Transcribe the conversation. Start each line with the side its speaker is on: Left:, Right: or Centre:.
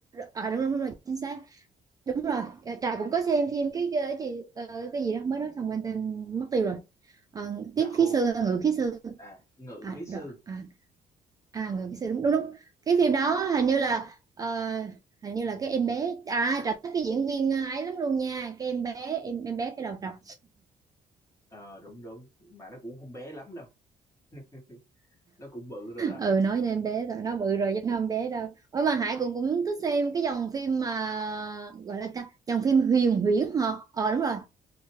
Right: à đúng, đúng đúng rồi chính xác đúng rồi à, Trà cũng có xem phim cái, cái gì ờ, cái gì đó mới nói xong quên tên mất tiêu rồi Ờ,
Left: đoạt
Right: tiết
Left: hồn.
Right: khí sư ngự khí sư
Left: À, ngự
Right: à
Left: khí sư.
Right: đó à, à ngự khí sư đúng đúng đúng cái phim đó hình như là ờ, hình như là cái em bé à Trà thích cái diễn viên ờ, ấy lắm luôn nha cái em bé em em bé cái đầu trọc
Left: Ờ đúng đúng, mà nó cũng không bé lắm đâu. <laughs> Nó cũng bự rồi đó.
Right: ừ nói đến em bé rồi nó bự rồi chứ nó không bé đâu ủa mà Hải cũng cũng thích xem cái dòng phim mà gọi là ta- dòng phim huyền huyễn hả ờ đúng rồi